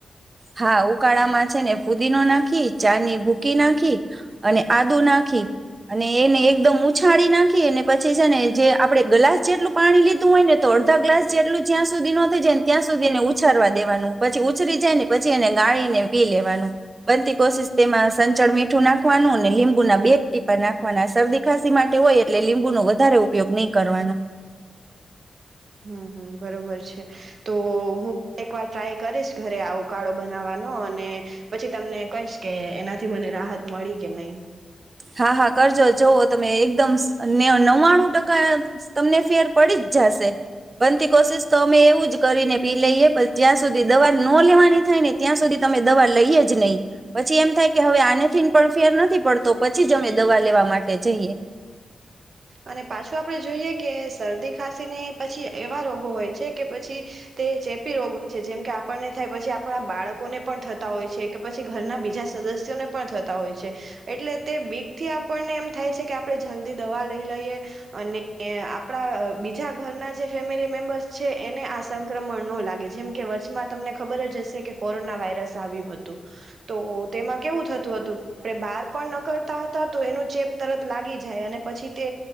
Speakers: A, on the right; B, on the right.
A: હા ઉકાળામાં છે ને, ફુદીનો નાખી ચાની ભૂકી નાખી અને આદુ નાખી અને એને એકદમ ઉછાડી નાખી અને પછી છે ને જે આપડે ગ્લાસ જેટલું પાણી લીધું હોય ને તો અડધા ગ્લાસ જેટલું જ્યાં સુધી ન થઈ જાય ને ત્યાં સુધીને ઉછાવા દેવાનું પછી ઉછરી જાય ને પચી અને ગાળીને પી લેવાનું. બનતી કોશિશ તેમાં સંચળ મીઠું નાખવાનું અને લીંબુના બે ટીપા નાખવાના શરદી ખાંસી માટે હોય એટલે લીંબુનો વધારે ઉપયોગ નહી કરવાનો.
B: હમ્મ હમ્મ બરોબર છે તો હું એકવાર ટ્રાય કરીશ ઘરે આવ ઉકાળો બનાવવાનો અને પછી તમને કહીશ કે એનાથી મને રાહત મળી કે નહી.
A: હા હા કરજો જવ તમે એકદમને નવ્વાણું ટકા તમને ફેર પડી જ જશે, બનતી કોશિશ તો અમે એવું જ કરીને પી લઈએ પણ જ્યાં સુધી દવા ન લેવાની થાય ને ત્યાં સુધી તમે દવા લઈએ જ નહી પછી એમ થાય કે હવે આનેથીન પણ ફેર નથી પડતો. પછી જ અમે દવા લેવા માટે જઈએ.
B: અને પાછું આપણે જોઈએ કે શરદી ખાંસીને પછી એવા રોગો હોય છે કે પછી તે ચેપી રોગ હોય છે, જેમ કે આપણને થાય પછી આપણા બાળકોને પણ થતા હોય છે કે પછી ઘરના બીજા સદસ્યોને પણ થતા હોય છે, એટલે તે બીક થી આપણને એમ થાય છે કે આપણે જલ્દી દવા લઈ. લઈએ અને આપણા બીજા ઘરના જે ફેમિલી મેમ્બર્સ છે એને આ સંક્રમણ ન લાગે, જેમ કે વચચમાં તમને ખબર જ હશે કે કોરોના વાયરસ આવ્યું હતું, તો તેમાં કેવું થતું હતું આપણે બહાર પણ ન કરતા હતા તો એનું ચેપ તરત લાગી જાય અને પછી. તે